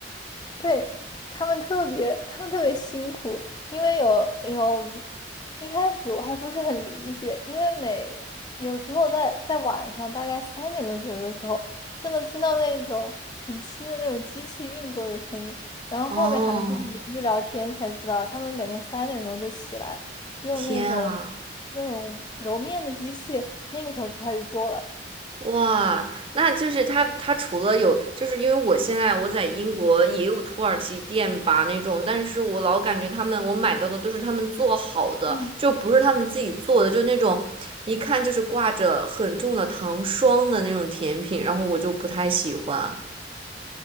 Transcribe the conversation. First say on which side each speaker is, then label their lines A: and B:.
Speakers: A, on the left (about 25°); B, on the right (about 30°).
A: 对，他们特别，他们特别辛苦，因为有有，一开始我还不是很理解，因为每有时候在在晚上大概三点钟左右的时候，就能听到那种很轻的那种机器运作的声音，然后后面还跟邻居聊天才知道，
B: 哦，
A: 他们每天三点钟就起来，用那种那种揉面的机器，
B: 天啊！
A: 那个时候就开始做了。
B: 哇，那就是他，他除了有，就是因为我现在我在英国也有土耳其店吧那种，但是我老感觉他们我买到的都是他们做好的，
A: 嗯。
B: 就不是他们自己做的，就那种一看就是挂着很重的糖霜的那种甜品，然后我就不太喜欢。